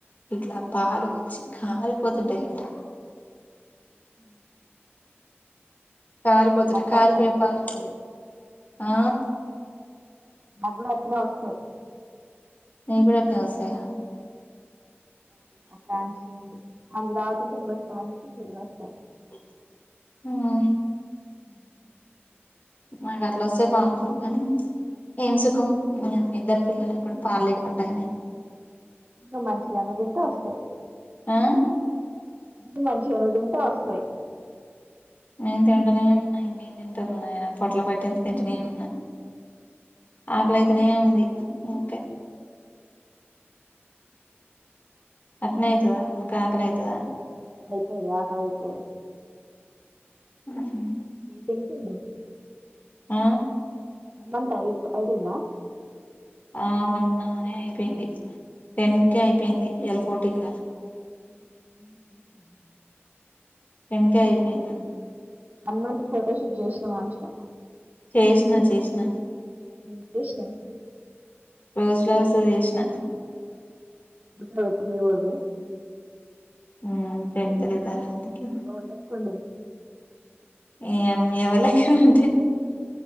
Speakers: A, on the left; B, on the right.
A: ఇట్లా పాలు వచ్చి కారిపోతుంటాయి అంట
B: ఉ
A: కారిపోతుంట
B: అమ్మ
A: కారిపోయే
B: అట్లేనే
A: పాలు
B: వచ్చేది
A: ఆ
B: మాక్కుడ అట్లే వస్తాయి
A: నిక్కుడ అట్లే వస్తాయ
B: ఆ ఫ్యాంసీవి అవి రాకుంటే ఇంకో ఫ్యాంసీవి వస్తాయి
A: మ్
B: మ్
A: మాకు అట్ల వస్తే బాగుంది కానీ ఏం సుఖం ని యమ్మ ఇద్దరు పిల్లలకు
B: మంచిగా
A: కూడా పాలు లేకుంట ఆయినై
B: నువ్ మంచిగ అన్ని తింటే వస్తాయి
A: ఆ
B: అ మంచిగానే తింటే వస్తాయి
A: నేను తింటనే ఉన్నాయి ఇంకే తింటారు నాయన పొట్ల పట్టెంత తింటనే ఉన్నా ఆకలైతేనే ఉంది ఉకే అట్నే అయితదా ఊకే అకలైతదా
B: అయితది అకలి అయితది
A: మ్ హు
B: మీటి ఎంతంట
A: ఆ
B: వన్ మంత్ అ ఐతుంద
A: ఆ మొన్ననే అయిపోయింది టెన్ కే అయిపోయింది ఇయలా ఫోర్టీన్ గా
B: <inaudible>
A: టెన్కే అయిపోయింది
B: వన్ మంత్ ఫోటోషూట్ చేసినవా అంటున్న
A: చేసిన చేసిన
B: నిలిపేసినం.
A: రోజ్ ఫ్లవర్స్ తో చేసిన.
B: ఎట్లుంది అక్క మీ వరకు.
A: ఉ పెడతాలే తర్వాతకి.
B: అవ్వ లెక్కుండి.
A: ఏం ఎవరిలకంటే